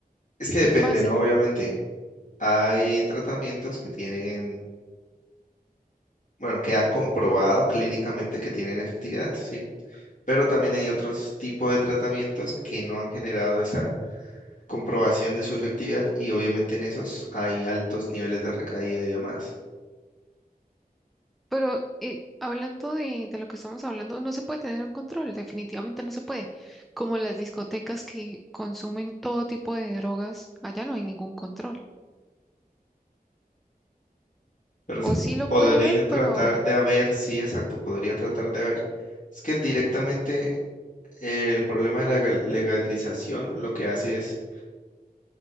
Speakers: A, on the left; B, in the centre.
A: es que depende,
B: Y fácil.
A: ¿no? Obviamente, hay tratamientos que tienen, bueno, que han comprobado clínicamente que tienen efectividad, ¿sí? Pero también hay otros tipos de tratamientos que no han generado esa comprobación de su efectividad y obviamente en esos hay altos niveles de recaída y demás.
B: Pero eh, hablando de, de lo que estamos hablando, no se puede tener un control, definitivamente no se puede. Como las discotecas que consumen todo tipo de drogas, allá no hay ningún control.
A: Pero
B: O
A: se
B: sí lo
A: podría
B: puede haber,
A: tratar
B: pero...
A: de haber, sí, exacto, podría tratar de haber. Es que directamente eh, el problema de la gal- legalización lo que hace es